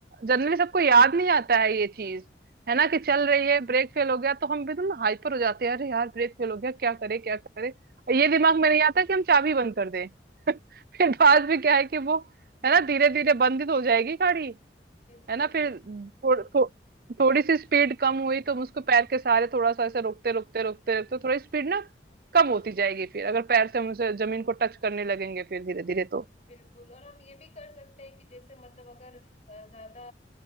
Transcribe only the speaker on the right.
जनरली सबको याद नहीं आता है ये चीज है ना कि चल रही है ब्रेक फेल हो गया तो हम एकदम हाइपर हो जाते हैं अरे यार ब्रेक फेल हो गया क्या करे क्या करे और ये दिमाग में नहीं आता कि हम चाबी बंद कर दें <laughs> फिर बाद में क्या है कि वो है ना धीरे धीरे बंद ही तो हो जाएगी गाड़ी
है ना फिर
थोड़,
थो, थोड़ी सी स्पीड कम हुई तो हम उसको पैर के सहारे थोड़ा सा ऐसे रोकते रोकते रोकते रोकते थोड़ी स्पीड ना कम होती जाएगी फिर अगर पैर से हम उसे जमीन को टच करने लगेंगे फिर धीरे धीरे तो